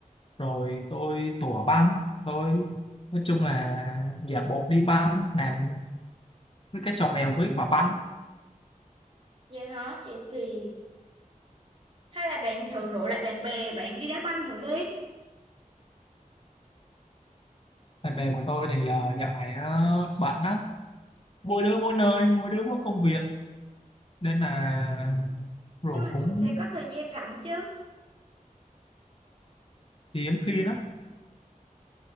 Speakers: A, on the left (about 40°); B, on the right (about 45°).
A: rồi tôi tủa banh tôi nói chung là giả bộ đi banh làm với cái trò mèo với quả banh
B: vậy hả vậy thì hay là bạn thử rủ lại bạn bè bạn đi đá banh thử đi
A: bạn bè của tôi thì ờ, dạo này nó bận lắm mỗi đứa mỗi nơi mỗi đứa mỗi công việc nên là rủ
B: nhưng mà
A: cũng
B: cũng sẽ có thời gian rảnh chứ
A: hiếm khi lắm